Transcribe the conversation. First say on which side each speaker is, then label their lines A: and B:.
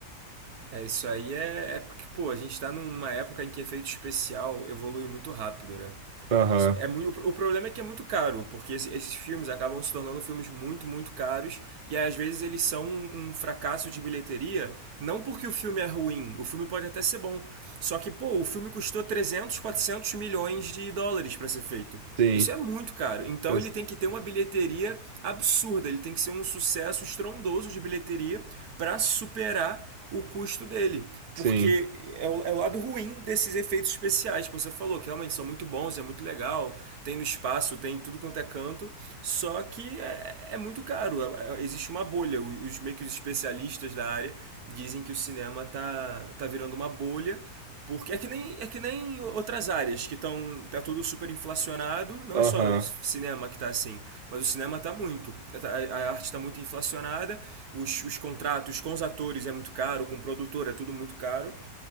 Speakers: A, on the right; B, on the right.
A: É, isso aí é, é porque, pô, a gente tá numa época em que efeito especial evolui muito rápido, né?
B: Aham,
A: Isso É muito, o problema é que é muito caro, porque esse- esses filmes acabam se tornando filmes muito, muito caros, e aí, às vezes eles são um um fracasso de bilheteria, não porque o filme é ruim, o filme pode até ser bom, só que, pô, o filme custou 300 400 milhões de dólares para ser feito.
B: sim,
A: Isso é muito caro. Então
B: ex-
A: ele tem que ter uma bilheteria absurda, ele tem que ser um sucesso estrondoso de bilheteria para superar o custo dele.
B: sim,
A: Porque é o, é o lado ruim desses efeitos especiais que você falou, que realmente são muito bons, é muito legal, tem no espaço, tem tudo quanto é canto, só que é, é muito caro, é- é- existe uma bolha. Os, os meio que os especialistas da área dizem que o cinema tá, tá virando uma bolha porque é que nem, é que nem outras áreas que estão. Tá tudo super inflacionado. Não
B: aham,
A: é só cinema que tá assim, mas o cinema tá muito. A, a arte tá muito inflacionada, os, os contratos com os atores é muito caro, com o produtor é tudo muito caro.